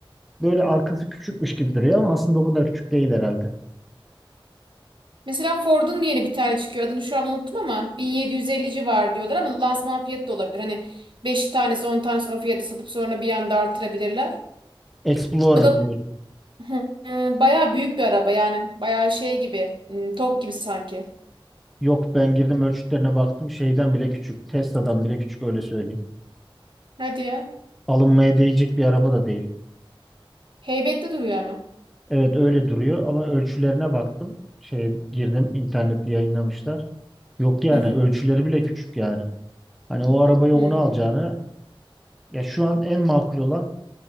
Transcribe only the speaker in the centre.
böyle arkası küçükmüş gibi duruyor ama aslında o kadar küçük değil herhalde.
Explorer
diyor
Yok ben girdim ölçütlerine baktım şeyden bile küçük. Tesla'dan bile küçük öyle söyleyeyim.
Alınmaya değecek bir araba da değil.
Evet öyle duruyor ama ölçülerine baktım. Şey girdim internette yayınlamışlar. Yok yani
ölçüleri bile küçük yani. Hani o arabaya
onu alacağını ya şu an en makul olan